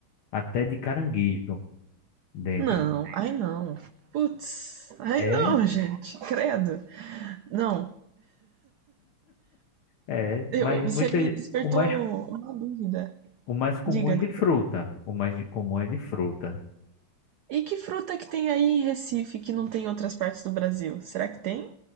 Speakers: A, on the left; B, on the right.
A: até de caranguejo dentro.
B: Não, ai não. Putz, ai
A: É,
B: não, gente, credo. Não,
A: é,
B: eu-
A: mas
B: você
A: muitas
B: me despertou
A: o mais
B: uma dúvida.
A: o mais comum
B: Diga,
A: é de
B: diga.
A: fruta. O mais de- comum é de fruta.
B: E que fruta que tem aí em Recife que não tem em outras partes do Brasil? Será que tem?